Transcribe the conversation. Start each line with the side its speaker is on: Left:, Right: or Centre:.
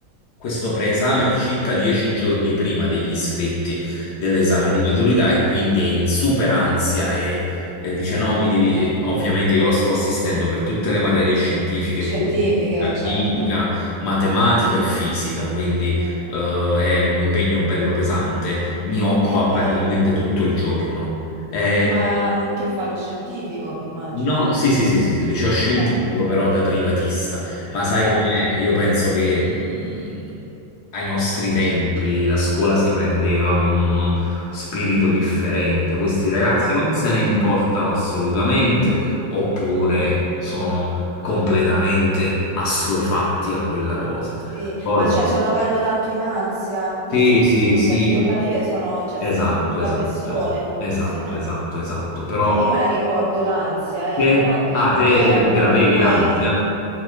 Left: questo preesame circa dieci giorni prima degli iscritti dell'esame
Right: Ah,
Left: di maturità e quindi è in super ansia è eh, dice no, mi devi... eh, ovviamente io la sto assistendo per tutte le materie scientifiche,
Right: scientifiche,
Left: biochimica,
Right: certo.
Left: chimica, matematica e fisica, quindi
Right: Mm-mm.
Left: eh, è un impegno bello pesante, mi occupa
Right: Eh Eh beh,
Left: praticamente tutto il giorno. Eh,
Right: ma mm, che fa lo scientifico, immagino.
Left: No, sì, sì, sì, sì, sì, liceo scientifico
Right: Eh,
Left: però da privatista, ma sai
Right: eh,
Left: com'è? Io penso che mh, ai nostri tempi la scuola si prendeva con uno spirito differente, questi ragazzi
Right: mm.
Left: non se ne importano assolutamente, oppure sono completamente assuefatti a quella cosa.
Right: Sì,
Left: Ricordo-
Right: ma cioè sono, vanno tanto in ansia, forse
Left: Sì,
Right: perché
Left: sì,
Right: sono,
Left: sì,
Right: le aspettative sono, cioè
Left: esatto,
Right: sentono più la
Left: esatto,
Right: pressione
Left: esatto,
Right: forse.
Left: esatto, esatto, esatto, però
Right: Cioè io me la ricordo l'ansia,
Left: te,
Right: eh, però diciamo
Left: ah, te
Right: che era
Left: eh,
Right: comunque...
Left: ce l'avevi l'ansia?